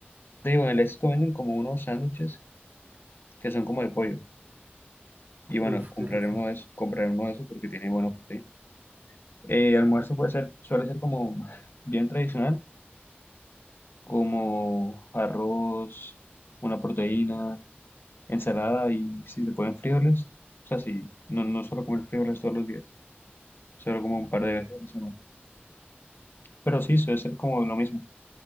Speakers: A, on the left (about 60°); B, on the right (about 50°).
A: Te digo, en el esto venden como unos sándwiches que son como de pollo. Y bueno,
B: Uf,
A: compraré
B: qué rico.
A: uno de esos, compraré uno de esos porque tiene buena proteína. Eh, almuerzo puede ser, suele ser como <laughs> bien tradicional, como arroz, una proteína, ensalada y si se pueden frijoles. O sea, sí, no, no suelo comer frijoles todos los días, solo como un par de veces a la semana. Pero sí, suele ser como lo mismo.